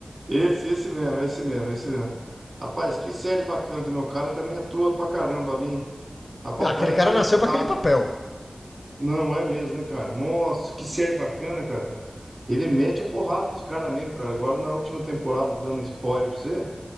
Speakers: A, on the right (about 50°); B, on the left (about 50°).
A: Esse, esse mesmo, esse mesmo, esse mesmo. Rapaz, que série bacana também. O cara também atua pra caramba ali, hein? Rapaz,
B: Não, aquele
A: o cara é
B: cara
A: bom de
B: nasceu
A: porrada,
B: pra aquele papel.
A: hein? Não, é mesmo, né, cara? Nossa, que série bacana, cara. Ele mete a porrada nos caras mesmo, cara. Agora na última temporada, dando um spoiler pra você,